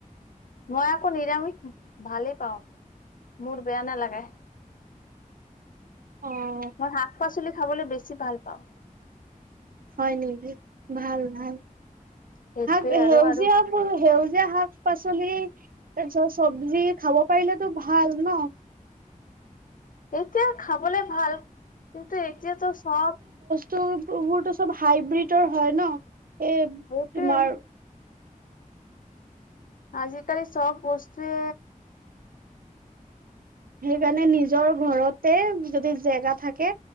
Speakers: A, on the left; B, on the right.
A: মই আকৌ নিৰামিষ ভালেই পাওঁ, মোৰ বেয়া নালাগে।
B: অঁ।
A: মই শাক-পাচলি খাবলে বেছি ভাল পাওঁ।
B: হয় নেকি ভাল ভাল,
A: সেইটোৱে
B: শাক,
A: আৰু
B: সেউজীয়া
A: আৰু
B: উম' সেউজীয়া শাক-পাচলি, চব্জি খাব পাৰিলেতো ভাল ন।
A: এতিয়া খাবলে ভাল, কিন্তু এতিয়াতো চব
B: তো বোৰতো চব হাইব্ৰীটৰ হয় ন, এই
A: এইটোৱে
B: তোমাৰ
A: আজিকালি চব বস্তুৱে
B: সেইকাৰণে নিজৰ ঘৰতে যদি জেগা থাকে